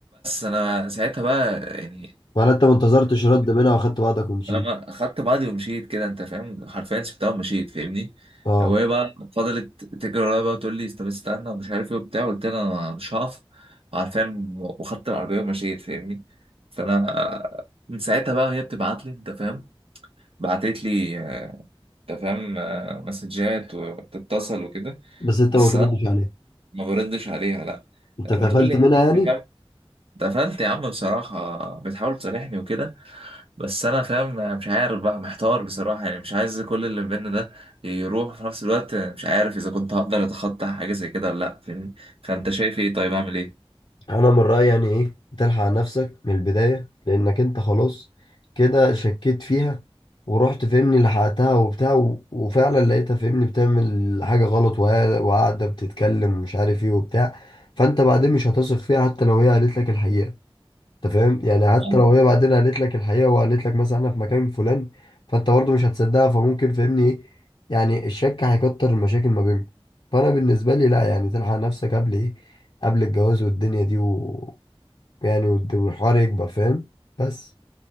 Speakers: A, on the right; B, on the left.
A: انا ساعتها بقى يعني
B: ولا انت ما انتظرتش رد منها واخدت بعضك ومشيت
A: انا ما خدت بعضي ومشيت كده انت فاهم حرفيا سبتها ومشيت فاهمني
B: اه
A: وهي بقى فضلت تجري ورايا بقى تقول لي طب استنى ومش عارف ايه وبتاع قلت لها انا مش هقف عارفين وخدت العربيه ومشيت فاهمني فانا من ساعتها بقى هي بتبعت لي انت فاهم بعتت لي انت فاهم آه، مسجات وبتتصل وكده
B: بس انت
A: بس
B: ما تردش
A: انا
B: عليها
A: ما بردش عليها لا
B: انت
A: بتقول
B: اتقفلت
A: لي
B: منها
A: يعني
B: يعني
A: انت فاهم؟ اتقفلت يا عم بصراحه بتحاول تصالحني وكده بس انا فاهم أنا مش عارف بقى محتار بصراحه يعني مش عايز كل اللي بينا ده يروح في نفس الوقت مش عارف اذا كنت هقدر اتخطى حاجه زي كده ولا لا فاهمني فانت شايف ايه طيب اعمل ايه
B: انا من رايي يعني ايه تلحق نفسك من البدايه لانك انت خلاص كده شكيت فيها ورحت فهمني لحقتها وبتاع و- وفعلا لقيتها فهمني بتعمل حاجه غلط وقا- وقاعده بتتكلم ومش عارف ايه وبتاع فانت بعدين مش هتثق فيها حتى لو هي قالت لك الحقيقه انت فاهم يعني حتى
A: فاهم
B: لو هي بعدين قالت لك الحقيقه وقالت لك مثلا انا في مكان فلان فانت برضه مش هتصدقها فممكن فاهمني ايه يعني الشك هيكتر المشاكل ما بينكم فانا بالنسبه لي لا يعني تلحق نفسك قبل ايه قبل الجواز والدنيا دي و يعني والد- والحوار يكبر فاهم بس